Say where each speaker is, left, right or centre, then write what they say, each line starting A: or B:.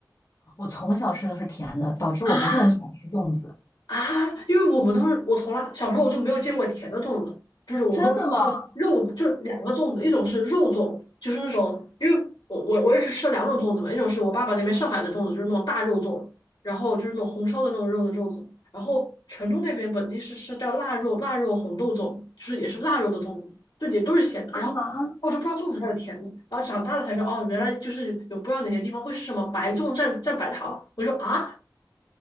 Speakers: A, on the left; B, on the left.
A: 我从小吃的是甜的，导致我不是很喜欢吃粽子。
B: <laughs> 啊，啊，因为我们都是我从来小时候我就没有见过甜的粽子，就是我们都是吃那个肉，
A: 真的吗？
B: 就是两个粽子，一种是肉粽，就是那种，因为我我我也是吃两种粽子嘛，一种是我爸爸那边上海的粽子，就是那种大肉粽，然后就是那种红烧的那种肉的粽子，然后成都那边本地是吃叫腊肉腊肉红豆粽，就是也是腊肉的粽子，对，也都是咸的，然后我就不知道粽子还有甜的，
A: 啊，
B: 然后长大了才知道哦，原来就是有不知道哪些地方会是什么白粽蘸蘸白糖，我就啊